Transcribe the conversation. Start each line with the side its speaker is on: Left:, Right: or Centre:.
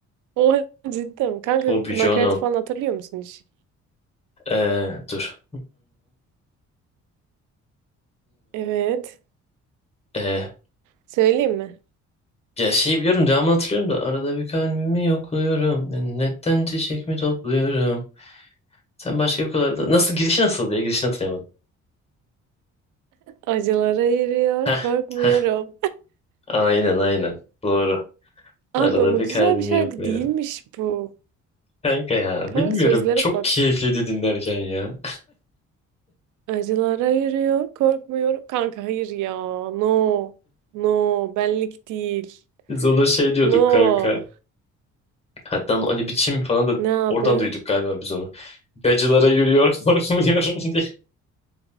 Right: O <laughs> cidden. Kanka
Left: Toby
Right: nakarat
Left: Jono.
Right: falan hatırlıyor musun hiç?
Left: Ee, dur.
Right: Evet.
Left: Ee,
Right: Söyleyeyim mi?
Left: ya şeyi biliyorum devamını hatırlıyorum da arada bir kalbimi yokluyorum. Netten çiçek mi topluyorum? Sen başka bir kadar da... Nasıl girişi nasıl diye girişini hatırlayamadım.
Right: Acılara yürüyor
Left: Heh,
Right: korkmuyorum.
Left: heh. Aynen aynen. Doğru.
Right: Abi
Left: Arada
Right: ama
Left: bir
Right: güzel
Left: kalbimi
Right: bir şarkı
Left: yokluyorum.
Right: değilmiş bu.
Left: Kanka ya
Right: Kanka
Left: bilmiyorum
Right: sözlere
Left: çok
Right: bak.
Left: keyifliydi dinlerken ya.
Right: Acılara yürüyor, korkmuyorum. Kanka hayır ya. No. No. Benlik değil.
Left: Biz ona şey diyorduk
Right: No.
Left: kanka. Hatta o Ali Biçim falan da
Right: Ne abi?
Left: oradan duyduk galiba biz onu. Gacılara yürüyor <laughs> korkmuyorum diye.